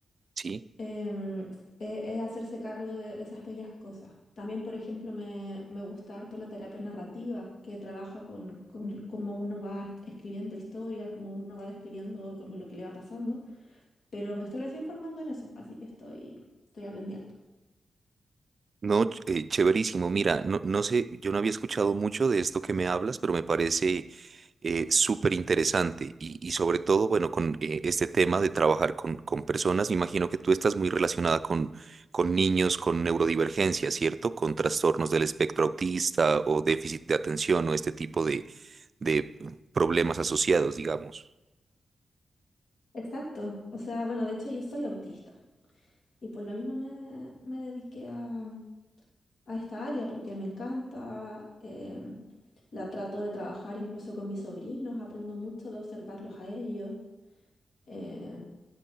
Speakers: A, on the right; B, on the left.
A: ¿Sí?
B: em, e- es, hacerse cargo de, de esas pequeñas cosas. También, por ejemplo, me, me gusta harto la terapia narrativa, que trabaja con, con cómo uno va escribiendo historias, cómo uno va describiendo como lo que le va pasando, pero me estoy recién formando en eso, así que estoy, estoy aprendiendo.
A: No, ch- eh, chéverísimo. Mira, no, no sé, yo no había escuchado mucho de esto que me hablas, pero me parece eh, súper interesante y, y sobre todo, bueno, con eh, este tema de trabajar con, con personas, me imagino que tú estás muy relacionada con, con niños con neurodivergencia, ¿cierto? Con trastornos del espectro autista o déficit de atención o este tipo de, de problemas asociados, digamos.
B: Exacto. O sea, bueno, de hecho yo soy autista. Y por lo mismo me, me dediqué a, a esta área porque me encanta, em, la trato de trabajar incluso con mis sobrinos, aprendo mucho de observarlos a ellos. eh,